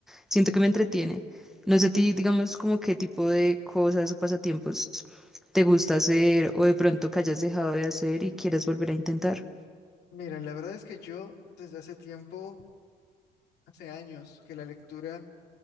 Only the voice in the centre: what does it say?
siento que me entretiene. No sé a ti, digamos, como qué tipo de cosas o pasatiempos te gusta hacer o de pronto que hayas dejado de hacer y quieras volver a intentar.